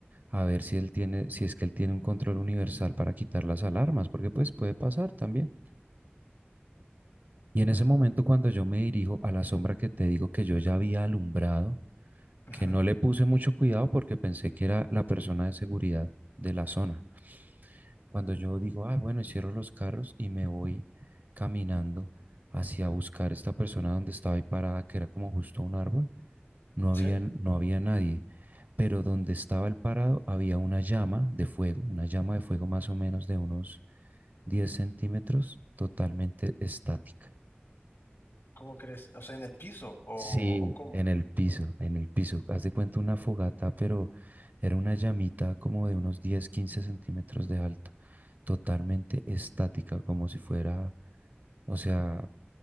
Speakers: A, on the right (about 45°); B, on the left (about 80°).
A: a ver si él tiene, si es que él tiene un control universal para quitar las alarmas, porque pues puede pasar también. Y en ese momento cuando yo me dirijo a la sombra que te digo que yo ya había alumbrado,
B: Ajá.
A: que no le puse mucho cuidado porque pensé que era la persona de seguridad de la zona. Cuando yo digo, ah, bueno, y cierro los carros y me voy caminando hacia buscar esta persona donde estaba ahí parada, que era como justo un árbol, no había,
B: Sí,
A: no había nadie, pero donde estaba el parado había una llama de fuego, una llama de fuego más o menos de unos 10 centímetros, totalmente estática.
B: ¿cómo crees? O sea, en el piso, o,
A: Sí,
B: o cómo,
A: en el piso, en el piso. Haz de cuenta una fogata, pero era una llamita como de unos 10, 15 centímetros de alto, totalmente estática, como si fuera, o sea,